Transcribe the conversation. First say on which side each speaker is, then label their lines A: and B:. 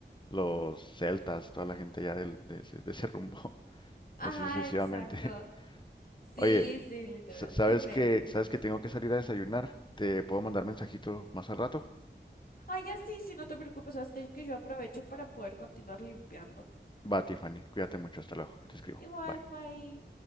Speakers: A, on the left (about 25°); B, on the left (about 50°).
A: los celtas, toda la gente ya del- de, ese, de ese rumbo, <laughs>
B: ajá,
A: y así sucesivamente.
B: exacto.
A: <laughs>
B: Sí,
A: Oye,
B: sí, literal.
A: sa- ¿sabes
B: Dime.
A: que, sabes que tengo que salir a desayunar? ¿Te puedo mandar mensajito más al rato?
B: Ay, ya sí, sí, no te preocupes, sabes que, que yo aprovecho para poder continuar limpiando.
A: Va, Tiffany, cuídate mucho, hasta luego, te escribo,
B: Igual,
A: bye.
B: bye.